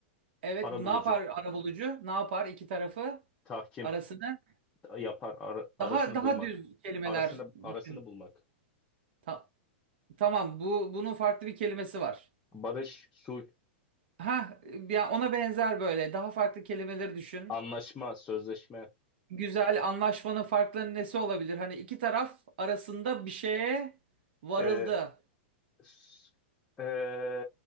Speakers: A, on the right (about 65°); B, on the left (about 15°).
A: evet
B: Arabulucu.
A: bu ne yapar arabulucu? Ne yapar iki tarafı
B: tahkim
A: arasını?
B: yapar ar- arasını
A: Daha daha
B: bulmak.
A: düz kelimeler
B: Arasını arasını
A: düşün.
B: bulmak.
A: Ta- tamam bu bunun farklı bir kelimesi var.
B: Barış, sulh,
A: Ha ya ona benzer böyle daha farklı kelimeleri düşün.
B: anlaşma, sözleşme.
A: güzel anlaşmanın farklarının nesi olabilir? Hani iki taraf arasında bir şeye varıldı.
B: Ee, s- ee,